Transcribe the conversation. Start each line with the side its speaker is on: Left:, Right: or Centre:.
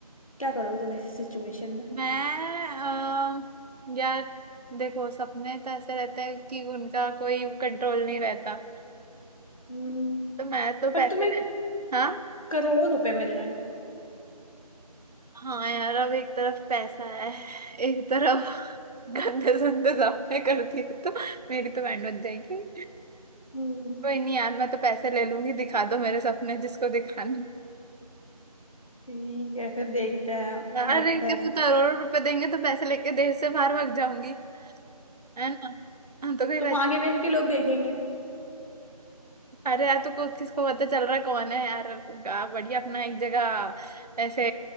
Left: क्या करोगी तुम ऐसी सिचुएशन में
Right: मैं अम, यार देखो सपने तो ऐसे रहते हैं कि उनका कोई कंट्रोल नहीं रहता
Left: हम्म
Right: तो मैं तो पैसे
Left: पर तुम्हें
Right: ले हाँ
Left: करोड़ों रुपए मिल रहे हैं
Right: हाँ यार अब एक तरफ पैसा है एक तरफ गंदे संदे सपने कर दिए तो मेरी तो बैंड बज जाएगी
Left: हम्म,
Right: कोई नहीं यार मैं तो पैसे ले लूंगी दिखा दो मेरे सपने जिसको दिखाने
Left: ठीक है फिर देखते हैं
Right: यार
Left: लगता
Right: एक तो
Left: है
Right: करोड़ों रुपए देंगे तो पैसे लेके देश से बाहर भाग जाऊंगी है ना हाँ, तो कोई
Left: तुम
Right: पहचान
Left: आगे देख के लोग देखेंगे
Right: अरे यार तो को, किसको पता चल रहा है कौन है यार गा- बढ़िया अपना एक जगह ऐसे